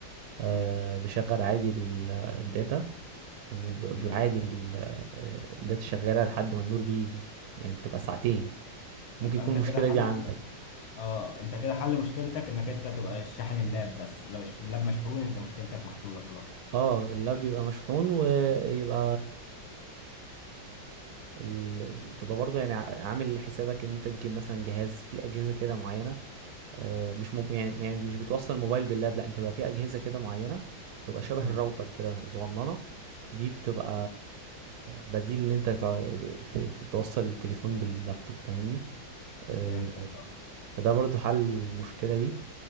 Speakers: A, on the right; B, on the left.
A: آه،
B: مم.
A: بشغل عادي ال- الداتا وعادي
B: مم.
A: الداتا شغالة لحد ما النور بيجي يعني بتبقى ساعتين
B: يبقى
A: ممكن يكون
B: أنت
A: المشكلة
B: كده حل
A: دي عندك
B: أه أنت كده حل مشكلتك إنك أنت تبقى شاحن اللاب بس لو اللاب مشحون أنت مشكلتك محلولة خلاص
A: اه اللاب بيبقى مشحون ويبقى ال- تبقى برضه يعني ع- عامل حسابك ان انت تجيب مثلا جهاز في اجهزه كده معينه آه، مش مب... يعني يعني مش بتوصل موبايل باللاب لا انت بقى في اجهزه كده معينه تبقى شبه
B: مم.
A: الراوتر كده صغننه دي بتبقى بديل ان انت تع- ت- ت- توصل التليفون باللابتوب فاهمني آه،
B: فهمتك أه
A: ده برضه حل المشكله دي